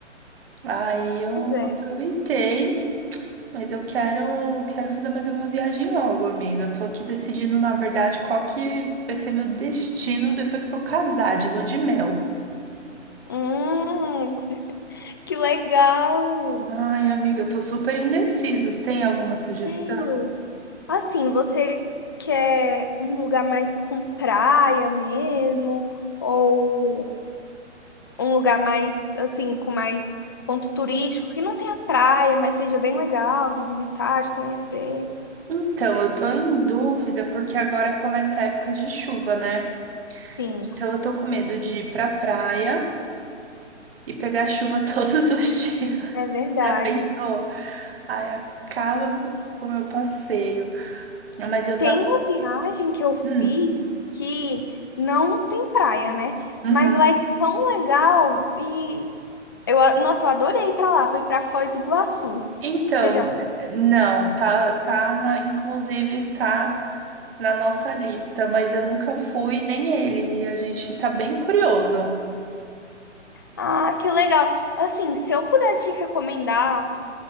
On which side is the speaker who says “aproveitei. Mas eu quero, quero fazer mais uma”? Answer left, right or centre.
Right